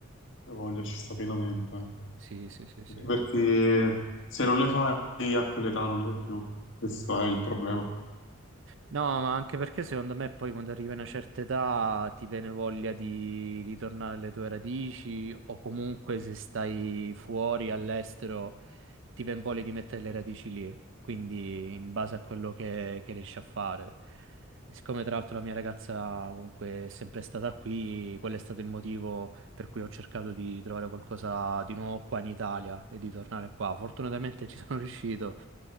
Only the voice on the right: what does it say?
Sì, sì, sì, sì.
No, ma anche perché secondo me poi quando arrivi a una certa età ti viene voglia di ritornare alle tue radici o comunque se stai fuori all'estero ti viene voglia di mettere le radici lì, quindi in base a quello che, che riesci a fare. E Siccome tra l'altro la mia ragazza comunque è sempre stata qui, quello è stato il motivo per cui ho cercato di trovare qualcosa di nuovo qua in Italia e di tornare qua. Fortunatamente ci sono <laughs> riuscito